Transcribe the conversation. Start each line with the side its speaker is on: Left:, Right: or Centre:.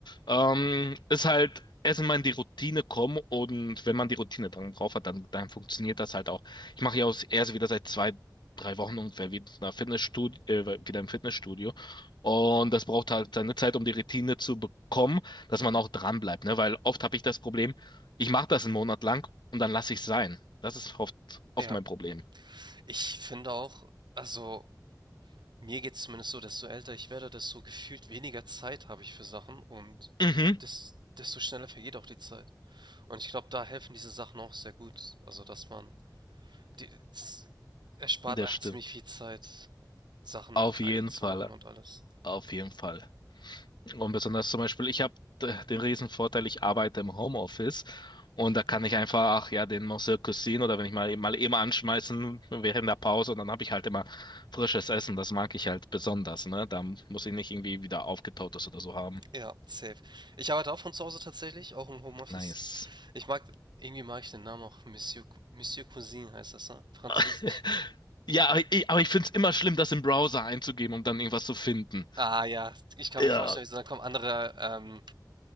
Left: ähm, es halt erst mal in die Routine kommen und wenn man die Routine dann drauf hat, dann, dann funktioniert das halt auch. Ich mache ja auch erst wieder seit zwei, drei Wochen ungefähr wieder, in der Fitnessstudio, äh, wieder im Fitnessstudio. Und das braucht halt seine Zeit, um die Routine zu bekommen, dass man auch dran bleibt, ne? Weil oft habe ich das Problem, ich mache das einen Monat lang und dann lasse ich es sein. Das ist oft, oft
Right: Ja.
Left: mein Problem.
Right: Ich finde auch, also mir geht's zumindest so, desto älter ich werde, desto gefühlt weniger Zeit habe ich für Sachen und
Left: Mhm.
Right: des, desto schneller vergeht auch die Zeit. Und ich glaube, da helfen diese Sachen auch sehr gut. Also, dass man, die, es erspart
Left: Das
Right: einem
Left: stimmt.
Right: ziemlich viel Zeit, Sachen
Left: Auf
Right: mit KI
Left: jeden
Right: zu
Left: Fall.
Right: machen und alles.
Left: Auf jeden Fall. Und besonders zum Beispiel, ich habe den riesen Vorteil, ich arbeite im Homeoffice und da kann
Right: Mhm.
Left: ich einfach, ach ja, den Monsieur Cuisine oder wenn ich mal, mal eben anschmeißen während der Pause und dann habe ich halt immer frisches Essen. Das mag ich halt besonders, ne? Da muss ich nicht irgendwie wieder aufgetautes oder so haben.
Right: Ja, safe. Ich arbeite auch von zu Hause tatsächlich, auch im Homeoffice.
Left: Nice.
Right: Ich mag, irgendwie mag ich den Namen auch Monsieur, Cou- Monsieur Cousin heißt das, ne? Französisch.
Left: <laughs> Ja, aber ich, aber ich finde es immer schlimm, das im Browser einzugeben, um dann irgendwas zu finden.
Right: Ah ja, ich kann
Left: Ja.
Right: mir vorstellen, da kommen andere, ähm,